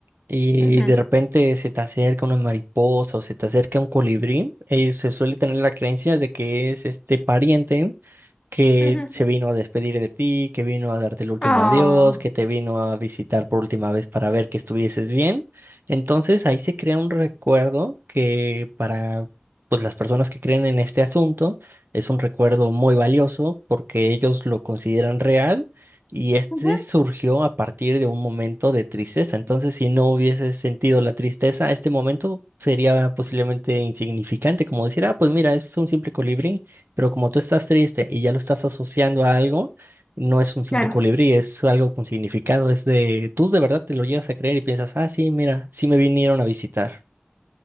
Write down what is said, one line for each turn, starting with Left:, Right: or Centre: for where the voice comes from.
Right: y
Left: ujú,
Right: de repente se te acerca una mariposa o se te acerca un colibrí, eh, se suele tener la creencia de que es este pariente que
Left: ujú.
Right: se vino a despedir de ti, que vino a darte el último
Left: Ah,
Right: adiós, que te vino a visitar por última vez para ver que estuvieses bien. Entonces ahí se crea un recuerdo que para pues las personas que creen en este asunto es un recuerdo muy valioso porque ellos lo consideran real y este
Left: ujú,
Right: surgió a partir de un momento de tristeza. Entonces, si no hubiese sentido la tristeza, este momento sería posiblemente insignificante, como decir, ah, pues mira, es un simple colibrí, pero como tú estás triste y ya lo estás asociando a algo, no es un simple
Left: Claro.
Right: colibrí, es algo con significado, es de, tú de verdad te lo llegas a creer y piensas, ah, sí, mira, sí me vinieron a visitar.